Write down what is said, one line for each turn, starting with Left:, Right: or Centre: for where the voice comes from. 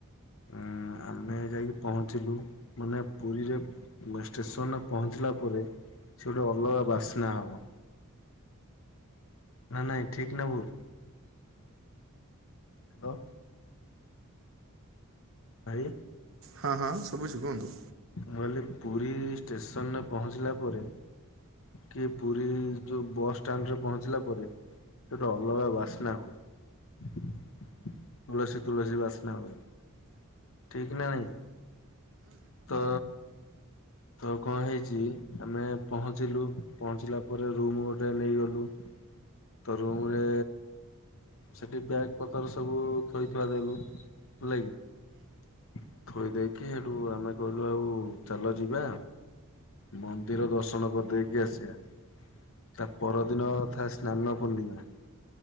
Left: ଉଁ ଆମେ ଯାଇ ପହଞ୍ଚିଲୁ ମାନେ ପୁରୀରେ ଷ୍ଟେସନରେ ପହଞ୍ଚିଲା ପରେ ସେ ଗୋଟେ ଅଲଗା ବାସ୍ନା ହବ। ନା ନାଇଁ ଠିକ ନ ଭୁଲ? ହାଲୋ। ଭାଇ,
Right: ହଁ ହଁ ଶୁବୁଚି କୁହନ୍ତୁ।
Left: ମୁଁ କହଲିି ପୁରୀ ଷ୍ଟେସନରେ ପହଞ୍ଚିଲା ପରେ କିଏ ପୁରୀ ଯୋଉ ବସ୍ ଷ୍ଟାଣ୍ଡ ରେ ପହଞ୍ଚିଲା ପରେ ସେଟା ଅଲଗା ବାସନା ହଏ ତୁଲସୀ ତୁଲସୀ ବାସନା ହୁଏ। ଠିକ ନା ନାଇ ତ ତ କଣ ହେଇଛି ଆମେ ପହଞ୍ଚିଲୁ ପହଞ୍ଚିଲା ପରେ ରୁମ ଗୋଟେ ନେଇଗଲୁ। ତ ରୁମ ରେ ସେଠି ବ୍ୟାଗ ପତର ସବୁ ଥୋଇ ଥୁଆଦେଲୁ ହେଲାକି। ଥୋଇ ଦେଇକି ହେଟୁ ଆମେ କହିଲୁ ଆଉ ଚାଲ ଯିବା। ମନ୍ଦିର ଦର୍ଶନ କରିଦେଇକି ଆସିବା। ତା ପରଦିନ ଥାଏ ସ୍ନାନ ପୂର୍ଣ୍ଣିମା।